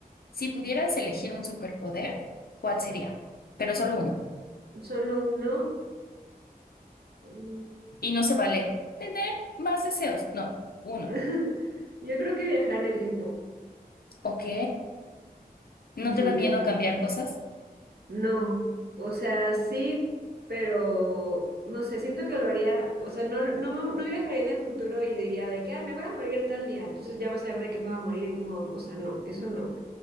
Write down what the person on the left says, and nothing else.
Si pudieras elegir un superpoder, ¿cuál sería? Pero solo uno.
Y no se vale tener más deseos. No, uno.
Ok. ¿No
te da
miedo cambiar cosas?